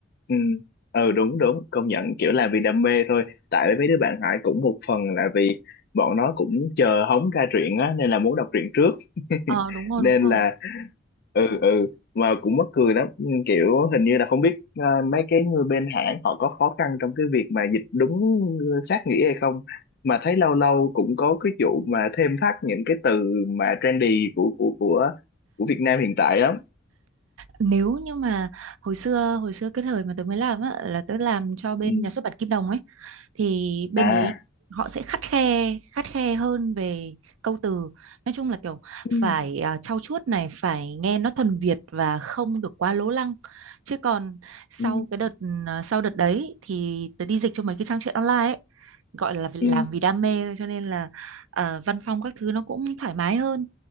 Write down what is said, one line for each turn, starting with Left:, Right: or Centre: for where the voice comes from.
Left: ừ ừ đúng đúng công nhận kiểu là vì đam mê thôi tại mấy đứa bạn Hải cũng một phần là vì bọn nó cũng chờ hóng ra truyện á nên là muốn đọc truyện trước <laughs>
Right: ờ đúng rồi
Left: nên
Right: đúng rồi
Left: là ừ ừ mà cũng mắc cười lắm Ừ, kiểu hình như là không biết ờ, mấy cái người bên hãng họ có khó khăn trong cái việc mà dịch đúng sát nghĩa hay không mà thấy lâu lâu cũng có cái vụ mà thêm thắt những cái từ mà trendy của của của của Việt Nam hiện tại lắm
Right: nếu như mà hồi xưa hồi xưa cái thời mà tớ mới làm á là tớ làm cho bên
Left: ừ.
Right: nhà xuất bản Kim Đồng ấy thì bên
Left: à
Right: đấy họ sẽ khắt khe khắt khe hơn về câu từ nói chung là kiểu
Left: ừ.
Right: phải à, trau chuốt này phải nghe nó thuần Việt và không được quá lố lăng chứ còn sau
Left: Ừ.
Right: cái đợt à, sau đợt đấy thì tớ đi dịch cho mấy cái trang truyện online ấy gọi là vì-
Left: Ừ.
Right: làm vì đam mê thôi cho nên là à, văn phong các thứ nó cũng thoải mái hơn